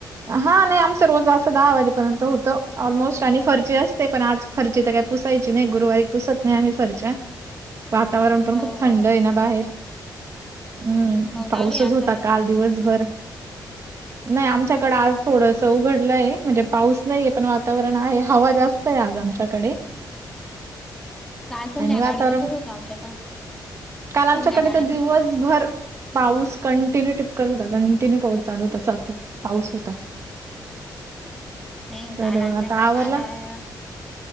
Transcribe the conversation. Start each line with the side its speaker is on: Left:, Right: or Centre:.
Right: हा नाही आमच रोज असं दहा वाजेपर्यंत होतं, ऑलमोस्ट आणि फरची असते पण आज फरची तर काही पुसायची नाही, गुरुवारी पुसत नाही आम्ही फरच्या. वातावरण पण
Centre: हो
Right: खूप थंड
Centre: हो
Right: हेय ना बाहेर. हम्म
Centre: पाऊस
Right: पाऊसच
Centre: आलियात.
Right: होता काल दिवसभर, नाही आमच्याकडे आज थोडस घडलंय म्हणजे पाऊस नाहीे, पण वातावरण आहे हवा जास्त आहे आज आमच्याकडे. <inaudible>
Centre: काल संध्याकाळी
Right: आणि वातावरण,
Centre: तसच होतं आमच्याकडे
Right: काल आमच्याकडे
Centre: संध्याकाळी
Right: तर
Centre: नुस
Right: दिवसभर पाऊस कंटिन्यू टिपकत होता, कंटिन्यू पाऊस चालू होता सातत पाऊस होता.
Centre: नाही
Right: तर
Centre: काल आमच्याकडे
Right: आता आवरला?
Centre: बारा